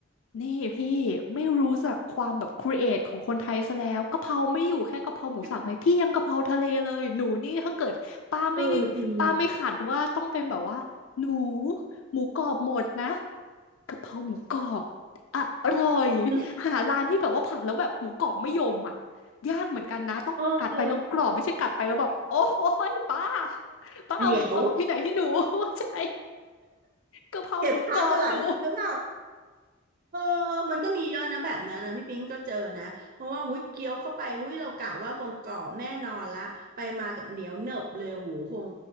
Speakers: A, on the left; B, on the right.
A: นี่พี่ไม่รู้จักความแบบครีเอทของคนไทยซะแล้วกะเพราไม่อยู่แค่กะเพราหมูสับไหมพี่ยังกะเพราทะเลเลยหนูนี่ถ้าเกิดป้าไม่
B: อืมเออจริง
A: ป้าไม่ขัดว่าต้องเป็นแบบว่าหนูหมูกรอบหมดนะ กะเพราหมูกรอบอร่อย
B: <laughs>
A: หาร้านที่แบบว่าผัดแล้วแบบหมูกรอบไม่ยมอ่ะยากเหมือนกันนะต้องกัดไปแล้วกรอบไม่ใช่กัดไปแล้วแบบโอ้
B: เออเดี
A: ยป้าป้าเอาหมูกรอบที่ไหนให้หนู
B: ๋ยว
A: <laughs> ใช่กะเพราหมูกรอบหนู
B: เก็บค้างมาหลายวันแล้วแบบเออมันก็มีเยอะนะแบบนั้นนะพี่ปิ๊งก็เจอนะเพราะว่าหุ้ยเคี้ยวเข้าไปหุ้ยเรากะว่าคงกรอบแน่นอนละไปมากับเหนียวเนนบเลยโหูคง